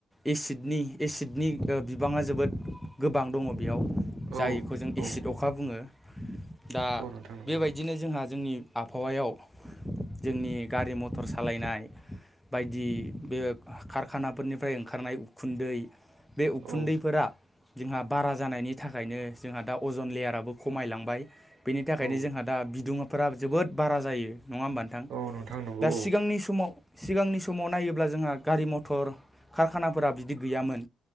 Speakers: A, in the centre; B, on the right.
A: एसिडनि एसिडनि बिबाङा जोबोद गोबां दङ बेयाव जायखौ
B: औ
A: जों इसिद
B: औ
A: अखा बुङो दा
B: औ नोंथां नंगौ
A: बेबायदिनो जोंहा जोंनि आबहावायाव जोंनि गारि मथर सालायनाय बायदि बे खारखानाफोरनिफ्राय ओंखारनाय उखुन्दै बे उखुन्दैफोरा
B: औ
A: जोंहा बारा जानायनि थाखायनो जोंहा दा अजन लेयाराबो खमायलांबाय बेनि थाखाय
B: औ
A: ओंखायनो जोंहा दा बिदुङाफोरा जोबोद बारा जायो नङा होमबानोथां?
B: औ नोंथां नंगौ
A: दा सिगांनि समाव सिगांनि समाव नायोब्ला जोंहा गारि मथर कारखानाफोरा बिदि गैयामोन